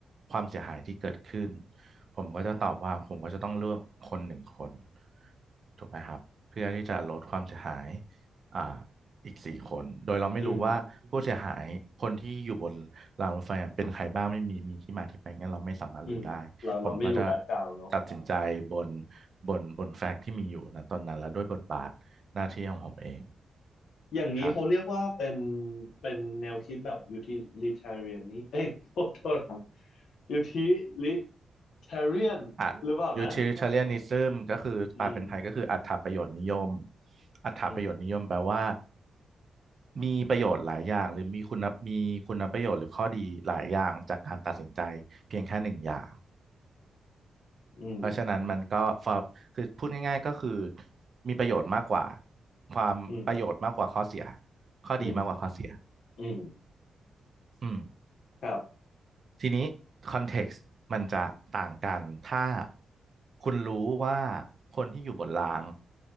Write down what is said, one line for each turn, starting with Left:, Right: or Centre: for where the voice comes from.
Right: ความเสียหายที่เกิดขึ้นผมก็จะตอบว่าผมก็จะต้องเลือกคนหนึ่งคนถูกไหมครับเพื่อที่จะลดความเสียหายอ่าอีกสี่คนโดยเราไม่รู้ว่าผู้เสียหายคนที่อยู่บนรางรถไฟอะเป็นใครบ้างไม่มีมีที่มาที่ไปงั้นเราไม่สามารถรู้ได้ผมก็จะ
Left: อืมอืมเราเราไม่รู้แบ็กกราวด์เนาะ
Right: ตัดสินใจบนบนบนแฟกต์ที่มีอยู่นะตอนนั้นและด้วยบทบาทหน้าที่ของผมเอง
Left: อย่างนี้เขาเรียกว่าเป็น
Right: ครับ
Left: เป็นแนวคิดแบบ utilitarian นี้เอ้ยโทษโทษครับ utilitarian
Right: อ่ะ
Left: หรือเปล่านะ
Right: utilitarianism ก็คือแปลเป็นไทยก็คืออัตถประโยชน์นิยม
Left: อืม
Right: อัตถประโยชน์นิยมแปลว่า
Left: อืม
Right: มีประโยชน์หลายอย่างหรือมีคุณมีคุณประโยชน์หรือข้อดีหลายอย่างจากการตัดสินใจเพียงแค่หนึ่งอย่าง
Left: อืม
Right: เพราะฉะนั้นมันก็ฟ o คือพูดง่ายๆก็คือมีประโยชน์มากกว่าความประโยชน์มากกว่าข้อเสีย
Left: อืม
Right: ข้อดีมากกว่าข้อเสีย
Left: อืมอืม
Right: อืม
Left: ครับ
Right: ทีนี้คอนเท็กซ์มันจะต่างกัน ถ้าคุณรู้ว่าคนที่อยู่บนราง